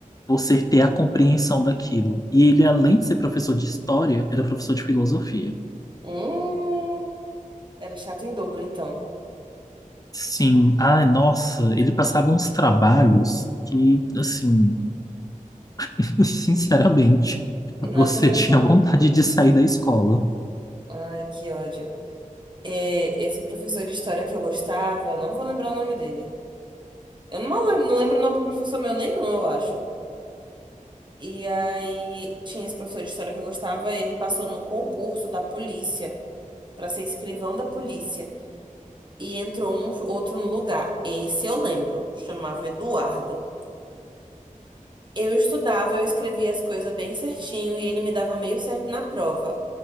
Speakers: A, on the left (about 25°); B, on the right (about 35°).
A: você ter a compreensão daquilo. E ele, além de ser professor de história, era professor de filosofia.
B: Hum, era chato em dobro, então.
A: Sim, ai, nossa, ele passava uns trabalhos que, assim, <laughs> sinceramente,
B: Nada
A: você
B: a ver
A: tinha
B: com o
A: vontade
B: nome.
A: de sair da escola.
B: Ai, que ódio. É, esse professor de história que eu gostava, não vou lembrar o nome dele. Eu não lembro, não lembro o nome do professor meu nenhum, eu acho. E aí tinha esse professor de história que eu gostava, ele passou num concurso da polícia pra ser escrivão da polícia e entrou um outro no lugar. Esse eu lembro, chamava Eduardo. Eu estudava, eu escrevia as coisas bem certinho e ele me dava meio certo na prova.